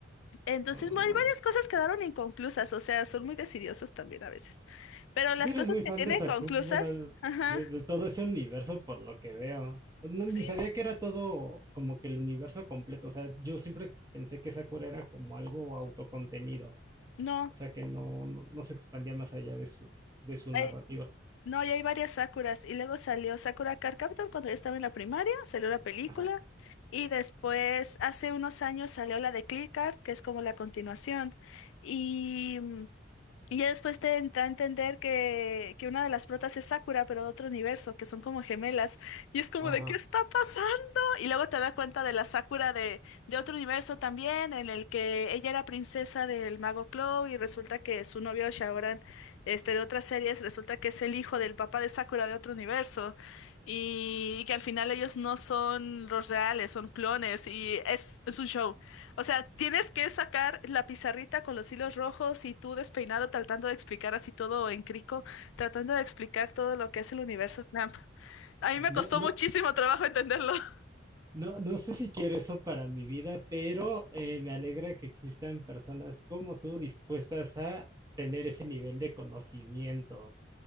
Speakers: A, on the left; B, on the right.
A: Entonces,
B: mm.
A: mu- varias cosas quedaron inconclusas, o sea, son muy decidiosos también a veces. Pero las
B: Si eres
A: cosas
B: muy
A: que
B: fan
A: tienen
B: de Sakura,
A: conclusas,
B: bueno,
A: ajá,
B: de, de todo ese universo por lo que veo. No,
A: sí,
B: ni sabía que era todo como que el universo completo. O sea, yo siempre pensé que Sakura era como algo autocontenido.
A: no,
B: O sea, que no, no, no se expandía más allá de su, de su narrativa.
A: hay- no, y hay varias Sakuras. Y luego salió Sakura Card Captor cuando yo estaba en la primaria, salió la película.
B: Ajá,
A: Y después, hace unos años, salió la de Clear Card, que es como la continuación. Y. mm, Y ya después te da a entender que, que una de las protas es Sakura, pero de otro universo, que son como gemelas. Y es como
B: ajá.
A: de, ¿qué está pasando? Y luego te da cuenta de la Sakura de, de otro universo también, en el que ella era princesa del mago Clow y resulta que su novio Shaoran, este, de otras series, resulta que es el hijo del papá de Sakura de otro universo. Y, que al final ellos no son los reales, son clones. Y es, es un show. O sea, tienes que sacar la pizarrita con los hilos rojos y tú despeinado tratando de explicar así todo en crico, tratando de explicar todo lo que es el universo Clamp. A mí me
B: No,
A: costó
B: no,
A: muchísimo trabajo entenderlo, <laughs>
B: no, no sé si quiero eso para mi vida, pero eh, me alegra que existan personas como tú dispuestas a tener ese nivel de conocimiento.